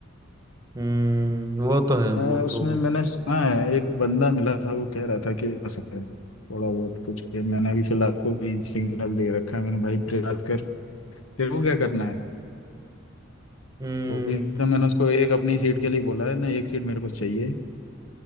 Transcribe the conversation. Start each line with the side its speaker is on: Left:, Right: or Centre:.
Right: हम्म, वो तो है वो
Left: मैं उसमें
Right: तो
Left: मैंने सुना है एक बंदा मिला था वो कह रहा था कि आ सकता है थोड़ा बहुत कुछ किया। मैंने अभी फिलहाल को भी सिग्नल दे रखा है मैंने भाई प्रयास कर तेरे को क्या करना है
Right: हम्म
Left: वो भी तो मैंने उसको एक अपनी सीट के लिए बोला है ना एक सीट मेरे को चाहिए